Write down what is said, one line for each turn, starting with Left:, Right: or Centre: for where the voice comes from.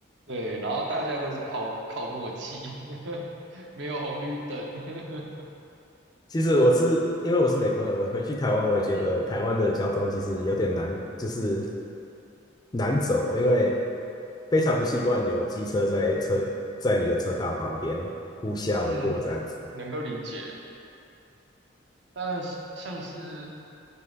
Right: 对，然后大家都是靠靠默契，<laughs> 没有红绿灯。<laughs>
Left: 其实我是因为我是美国人，我回去台湾，我也觉得台湾的交通其实有点难，
Right: 嗯
Left: 就是难走，因为非常不习惯有机车在车在你的车道旁边呼啸而过这样子。
Right: 嗯，能够理解。那像是